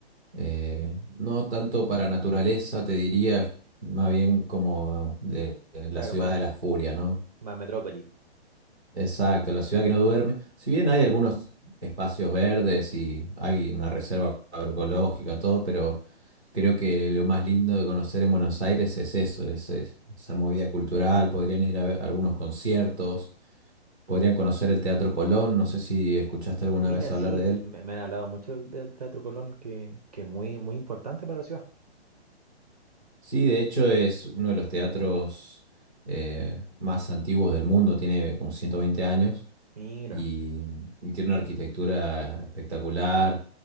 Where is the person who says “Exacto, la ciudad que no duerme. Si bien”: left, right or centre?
Centre